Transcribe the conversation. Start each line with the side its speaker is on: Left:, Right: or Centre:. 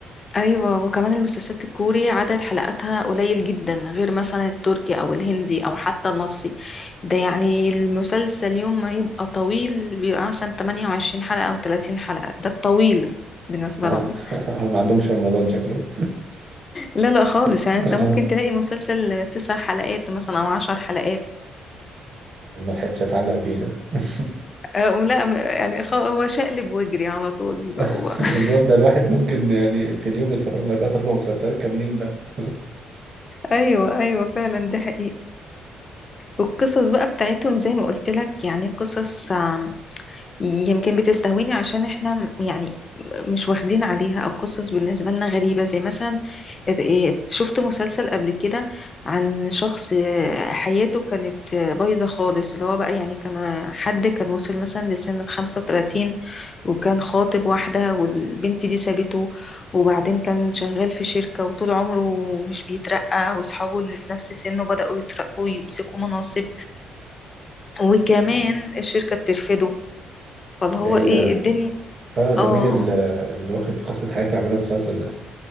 Left: ايوه وكمان المسلسلات الكوري عدد حلقاتها قليل جدا غير مثلا التركي او الهندي او حتى المصري ده يعني المسلسل يوم ما يبقى طويل بيبقى مثلا 28 حلقة او 30 حلقة ده الطويل بالنسبة
Right: آه.
Left: لهم
Right: <laughs> ما عندهمش رمضان شكله
Left: لا لا خالص
Right: <laughs>
Left: يعني انت
Right: آه. آه.
Left: ممكن تلاقي مسلسل تسع حلقات مثلا او عشر حلقات
Right: ما لحقتش أتعلق بيه ده <laughs>
Left: آه، لا م- يعني خ- هو شقلب واجري على طول
Right: <laughs>
Left: هو <laughs>
Right: بالظبط ده الواحد ممكن يعني في اليوم يتفرج له تلات أربع مسلسلات كاملين بقى <laughs>
Left: ايوه ايوه فعلا ده حقيقي والقصص بقى بتاعتهم زي ما قلت لك يعني قصص يمكن بتستهويني عشان احنا م- يعني م- مش واخدين عليها او قصص بالنسبة لنا غريبة زي مثلا ات- ات- شفت مسلسل قبل كده عن شخص آه، حياته كانت آه، بايظة خالص اللي هو بقى يعني كان آه، حد كان وصل مثلا لسن الخمسة وتلاتين وكان خاطب واحدة والبنت دي سابته وبعدين كان شغال في شركة وطول عمره مش بيترقى واصحابه اللي في نفس سنه بدأوا يترقوا ويمسكوا مناصب وكمان الشركة بترفضه فاللي
Right: ده
Left: هو
Right: إيه
Left: ايه
Right: ده؟
Left: الدنيا
Right: آه ده
Left: اه
Right: مين ال- اللي واخد قصة حياتي عاملها مسلسل ده؟